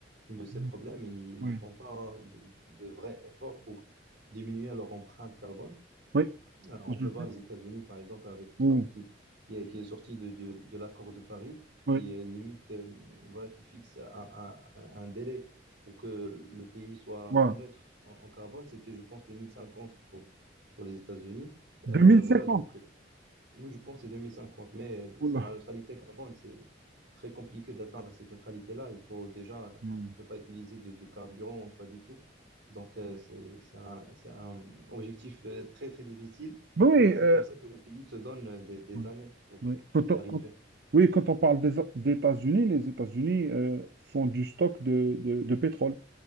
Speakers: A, on the right; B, on the right.
A: de ces
B: mm,
A: problèmes et ils,
B: oui,
A: ils font pas de, de vrais efforts pour diminuer leur empreinte carbone.
B: oui,
A: Euh, on peut
B: je le
A: voir
B: sais.
A: les États-Unis, par exemple, avec Trump
B: Oui,
A: qui, qui est, qui est sorti de, de- de l'accord de Paris,
B: oui,
A: qui euh, limite, euh, voilà, qui fixe un, un- un- un délai pour que le pays soit
B: voilà.
A: neutre en, en carbone. C'était, je pense, 2050 pour, pour les États-Unis.
B: 2050.
A: Euh, voilà, donc moi, je pense que c'est 2050, mais
B: Oula.
A: c'est la neutralité carbone. C'est très compliqué d'atteindre cette neutralité-là. Il faut déjà
B: Mm.
A: ne pas utiliser de, de carburant, pas du tout. Donc, euh, c'est, c'est un, c'est un objectif euh, très, très difficile.
B: Oui,
A: Donc, c'est
B: euh,
A: pour ça que les pays se donnent euh, des, des
B: quoi-
A: années pour
B: Oui,
A: euh,
B: quand
A: y
B: on,
A: arriver.
B: quand- oui, quand on parle des des États-Unis, les États-Unis euh, font du stock de, de, de pétrole.